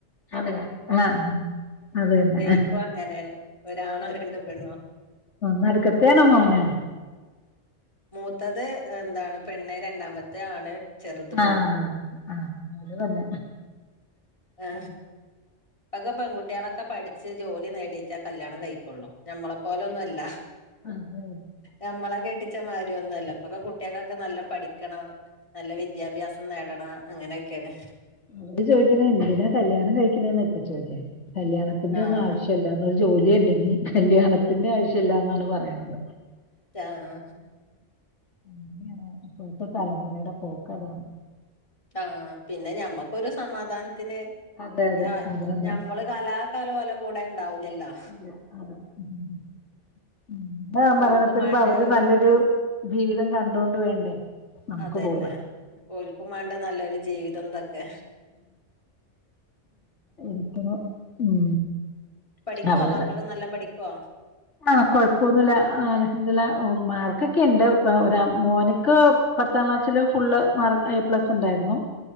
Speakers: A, on the left (about 70°); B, on the left (about 25°).
A: അതെയാ ആഹ് അത് തന്നെ
B: എനിക്കും അങ്ങനെയാണ്- ഒരാണോ രണ്ടോ പെണ്ണോ
A: നടുക്കത്തെ ആണോ മോൻ
B: മൂത്തത് എന്താണ് പെണ്ണെ- രണ്ടാമത്തെ ആണ് ചെറുത്
A: ആഹ ആ് <unintelligible>
B: ആ ഇപ്പൊ പെൺകുട്ടികളൊക്കെ <unintelligible> ജോലി നേടയിട്ടാ കല്യാണം കഴിക്കൊുള്ളു ഞമ്മളെ പോലൊന്നുമല്ല
A: അതെ
B: ഞമ്മളെ <unintelligible> കാര്യം ഒന്നുംഅല്ല ഇപ്പൊക്കെ കുട്ടികൾകൊക്കെ നല്ലം പഠിക്കണം നല്ലം വിദ്യാഭ്യാസം നേടണം അങ്ങനെയൊക്കെയാണ്
A: അവര് ചോദിക്കണ എന്തിനാ കല്യാണം കഴിക്കണന്ന് ഇപ്പ ചോദ്യം കല്യാണ ത്തിന്റെ
B: ആഹ്
A: ഒന്നും ആവശ്യല്ല ഒരു ജോലി ഉണ്ടെങ്കി കല്യാണത്തിന്റെ ആവശ്യം ഇല്ലന്നാണ് പറയുന്നത്
B: ആഹ്
A: അങ്ങെനെയാണ് ഇപ്പോഴത്തെ തലമുറയുടെ പോക്ക് അതാണ്
B: ആ പിന്നെ ഞമ്മക്കൊരു സമാധാന ത്തിന്
A: അതെ അതെ
B: ആഹ്
A: അതാണ്
B: ഞമ്മള് കലാകാലം ഓലെ കൂടെ ഉണ്ടാവൂലല്ലോ
A: ഇല്ല ആഹ് <unintelligible>
B: ഓൽക്കും വേണ്ടേ
A: അവര് നല്ലൊരു ജീവിതം കണ്ടൊണ്ട് വേണ്ടേ നമുക്ക്
B: അതന്നെ
A: പോവാൻ
B: ഓൽക്കും വേണ്ടേ നല്ലൊരു ജീവിതം ന്തൊക്കെ
A: ഇപ്പം ഉം
B: പഠിക്കോ
A: അവളുടെ
B: മക്കള് നല്ലം പഠിക്കോ
A: ആ കൊഴപ്പൊന്നുമില്ല അൽഹംദുലില്ലാഹ് മാർക്കൊക്കെ ഉണ്ട് ഒരാക് മോനിക്ക് പത്താം ക്ലാസ്സില് ഫുള്ള് മാർക്ക് എ പ്ലസ് ഉണ്ടായിരുന്നു